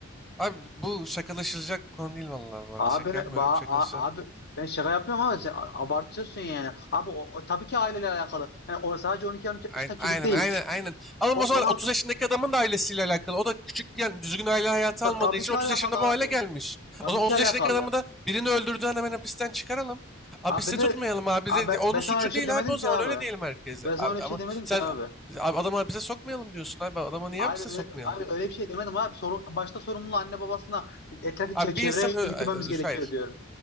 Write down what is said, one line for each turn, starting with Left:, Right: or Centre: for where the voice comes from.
Centre: Abi bu şakalaşılacak bir konu değil vallahi bu arada.
Left: Abi,
Centre: Şaka yapmıyorum.
Left: ba,
Centre: Şakalaşılacak.
Left: a- abi ben şaka yapmıyorum ama sen a- abartıyorsun yani. Abi o, o tabii ki aileyle alakalı. Hani o sadece on 13 yaşındaki
Centre: Aynen aynen
Left: çocuk değil.
Centre: aynen aynen. Alın
Left: O,
Centre: o zaman
Left: 16
Centre: 30 yaşındaki adamın da ailesiyle alakalı. O da küçükken düzgün aile hayatı
Left: ta-
Centre: almadığı
Left: tabii
Centre: için
Left: ki
Centre: 30
Left: alakalı
Centre: yaşında
Left: abi.
Centre: bu hale gelmiş.
Left: Tabii
Centre: O zaman
Left: ki
Centre: 30
Left: alakalı.
Centre: yaşındaki adamı da birini öldürdüğünden hemen hapisten çıkaralım. Hapiste
Left: Abi ben de
Centre: tutmayalım abi. Bize-
Left: abi ben,
Centre: Onun
Left: ben sana
Centre: suçu
Left: öyle bir
Centre: değil
Left: şey demedim
Centre: abi o
Left: ki
Centre: zaman
Left: abi.
Centre: öyle diyelim herkese.
Left: Ben sana
Centre: Abi,
Left: öyle bir
Centre: ama
Left: şey demedim
Centre: sen
Left: ki abi.
Centre: abi, adamı hapise sokmayalım diyorsun abi. Adama niye
Left: Hayır,
Centre: hapise
Left: öyle,
Centre: sokmayalım?
Left: hayır öyle bir şey demedim abi. Soru, başta sorumluluğu anne babasına etrafı çe-
Centre: Abi
Left: çevreye
Centre: bir insan ö-
Left: yüklememiz
Centre: ay, dur,
Left: gerekiyor
Centre: hayır.
Left: diyorum.